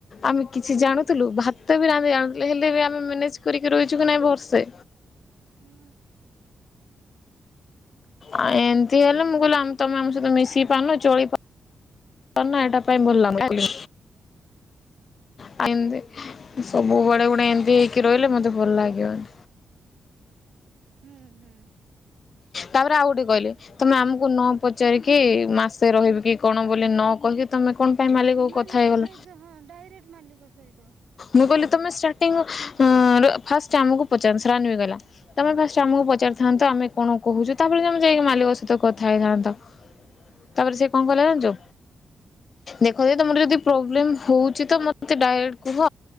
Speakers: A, on the left; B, on the right.
A: ଆମେ କିଛି
B: ହୁଁ
A: ଜାଣୁଥିଲୁ ଭାତ ତେବେ ଆମେ ଜାଣିଥିଲେ ହେଲେ ବି ଆମେ ମ୍ୟାନେଜ କରିକି ରହିଛୁ କି ନାଇଁ ଭର୍ସେ
B: ହୁଁ
A: ଆ ଏମିତି ହେଲେ ମୁଁ କହିଲି ଆମ ତମେ ଆମ ସହିତ ମିଶି ପାରନ ଚଳି ପାରୁ କଣ ନା ଏଟା ପାଇଁ ଭଲ ଲାଗୁନି। ଆ ଏମତି ସବୁ ବୁଡେ ଗୁଡେ ଏମତି ହେଇକି ରହିଲେ ମତେ ଭଲ ଲାଗିବନି।
B: ହୁଁ ହୁଁ
A: ତାପରେ ଆଉ ଗୋଟେ କହିଲେ ତମେ ଆମକୁ ନ ପଚାରିକି ମାସେ ରହିବି କି କଣ ବୋଲି ନ କହିକି ତମେ କଣ ପାଇଁ ମାଲିକକୁ
B: ମାଲିକ
A: କଥା ହେଇଗଲ।
B: ସହିତ ହଁ ଡାଇରେକ୍ଟ ମାଲିକ ଷେଇଦ <inaudible>
A: ମୁଁ କହିଲି ତମେ ଷ୍ଟାର୍ଟି ଅଁ ଫାଷ୍ଟ ଆମକୁ ପଚାରନ୍ତ ରାନ୍ ମୁଁ କହିଲି ତମେ ସେଟିଙ୍ଗ କୁ ର ଫାଷ୍ଟ ଆମକୁ ପଚାରିଥାନ୍ତରାନୀ ବି କହିଲା ତମେ ଫାଷ୍ଟ ଆମକୁ ପଚାରି ଥାନ୍ତ ଆମେ କଣ କହୁଛୁ ତାପରେ ତମେ ଯାଇକି ମାଲିକ ସହିତ କଥା ହେଇଥାନ୍ତ। ତାପରେ
B: ହଁ
A: ସେ କଣ କଲା ଜାଣିଛୁ?
B: କ
A: ଦେଖ ଯେ ତମର ଯଦି ପ୍ରୋବ୍ଲେମ୍ ହେଉଛି ତ ମୋତେ ଡାାଇରେଟ କୁହ